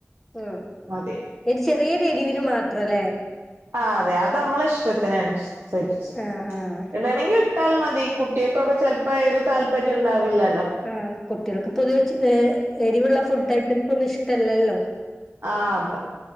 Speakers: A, in the centre; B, on the right.
A: ആഹ്
B: മതി
A: ഒരു ചെറിയേരെരിവിനു മാത്രലേ
B: ആഹ് അതെ അത് അമ്മളെ ഇഷ്ടത്തിന് അൻസര്ച്ച്
A: ആഹ് ആഹ്
B: ഇടണെങ്കി ഇ ട്ടാൽ മതി കുട്ട്യാക്കൊക്കെ ചെലപ്പോ എരു താല്പര്യം ണ്ടാവില്ലല്ലോ
A: ആഹ് കുട്ടികൾക്ക് പൊതുവെ ചെ ഏ എരിവുള്ള ഫുഡ് ഐറ്റംസ് ഒന്നും ഇഷ്ടല്ലല്ലോ
B: ആഹ് അതാ